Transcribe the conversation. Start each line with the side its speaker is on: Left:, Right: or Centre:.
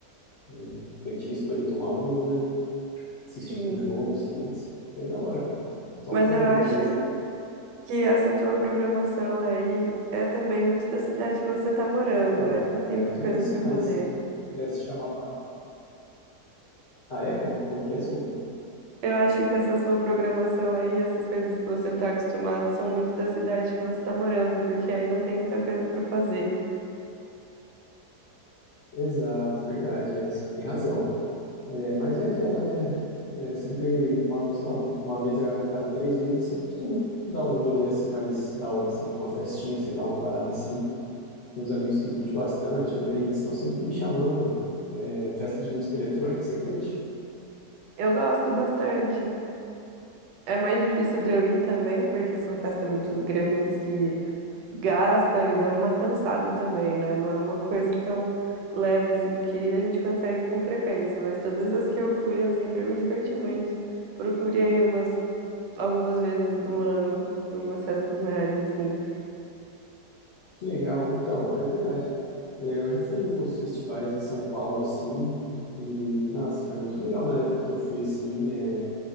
Left: um petisco ali, tomar uma, né? assistir
Right: Sim,
Left: um jogo, isso aí, isso aí é da hora. Top
Right: mas
Left: mesmo,
Right: eu acho
Left: mas.
Right: que essa tua programação aí é também muito da cidade que você está morando.
Left: Então,
Right: Aí não tem
Left: é,
Right: muita
Left: tô
Right: coisa
Left: meio assim,
Right: para
Left: mas
Right: fazer.
Left: se se quisesse chamar pra. Ah, é? Como, como que é? Desculpa.
Right: Eu acho que essa sua programação aí, essas coisas que você está acostumado, são muito da cidade que você está morando, porque aí não tem muita coisa para fazer.
Left: Exato, verdade, é, você tem razão. É, mas é aquela, né? É, sempre, uma, sei lá, uma vez a cada três meses, assim, eu costumo dar um rolê assim mais da hora, assim, pra uma festinha, sei lá, uma parada assim. Tem uns amigos que curtem bastante, né? E eles estão sempre me chamando. É, festa de música eletrônica, você curte?
Right: Eu gosto bastante. É mais difícil de eu ir também, porque são festas muito grandes que gastam e dão uma cansada também, né? Não é uma coisa tão leve assim que a gente consegue com frequência, mas todas as que eu fui, eu sempre me diverti muito. Procurei umas algumas vezes no ano em umas festas maiores assim.
Left: Que legal, então, é verdade. É, eu já fui em alguns festivais em São Paulo, assim, e, nossa, foi muito legal na época que eu fui, assim, é,